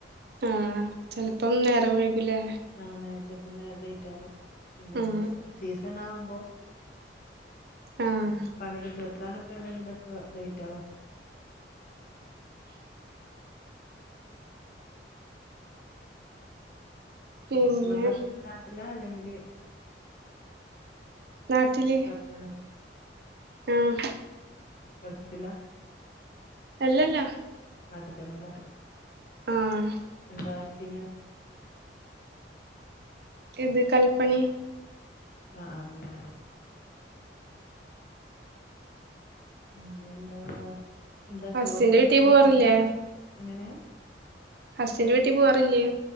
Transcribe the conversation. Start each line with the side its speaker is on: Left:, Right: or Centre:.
Right: ആഹ് ചെലപ്പം നേരം വൈയ്കൂലേ
Left: ആന്നേ ചെൽപ്പം നേരം ലേറ്റ് ആകും പിന്നെ
Right: ഉം
Left: മ്മളെ സീസൺ ആകുമ്പോ
Right: ആഹ്
Left: പണി തീർക്കാനൊക്കെ ഉണ്ടെങ്കിലൊക്കെ ലേറ്റ് ആകും
Right: പിന്നെ
Left: നിങ്ങളുടെ ഹസ്ബൻ്റ് നാട്ടില അല്ലെങ്കില്
Right: നാട്ടില്
Left: <unintelligible>
Right: ആഹ്.
Left: ഗൾഫിലാ
Right: അല്ലല്ലാ
Left: നാട്ടത്തന്നല്ലാ
Right: ആഹ്
Left: എന്താ വർക്കിന്ന്
Right: ഇത് കൽപ്പണി.
Left: ആഹ് ആഹ് പിന്നെ എന്താ എന്താ
Right: ഹസ്സിന്റെ
Left: ചോറിന് എന്താ
Right: വീട്ടി പോവാറില്ലേ
Left: ചോറ് എങ്ങനെ
Right: ഹസ്സിന്റ് വീട്ടിൽ പോവാറില്ലേ